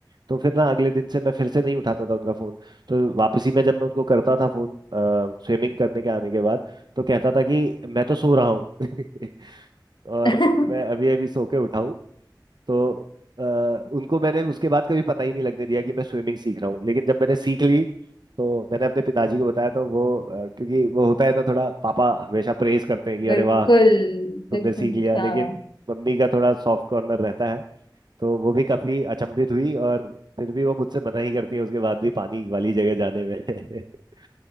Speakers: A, on the right; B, on the left.
A: तो फिर ना अगले दिन से मैं फिर से नहीं उठाता था उनका फ़ोन तो वापसी में जब मैं उनको करता था फ़ोन स्विमिंग करने के आने के बाद तो कहता था कि मैं तो सो रहा हूँ <laughs> और
B: <laughs>
A: मैं अभी अभी सो के उठा हूँ तो अ, उनको मैंने उसके बाद कभी पता ही नहीं लगने दिया कि मैं स्विमिंग सीख रहा हूँ लेकिन जब मैंने सीख ली तो मैंने अपने पिताजी को बताया तो वो अ, क्योंकि वो होता है ना थोड़ा पापा हमेशा प्रेज करते हैं कि अरे
B: बिल्कुल
A: वाह तुमने
B: बिल्कुल
A: सीख लिया लेकिन
B: हाँ
A: मम्मी का थोड़ा सॉफ्ट कॉर्नर रहता है तो वो भी काफी अचंभित हुई और फिर भी वो मुझसे मना ही करती है उसके बाद भी पानी वाली जगह जाने में <laughs>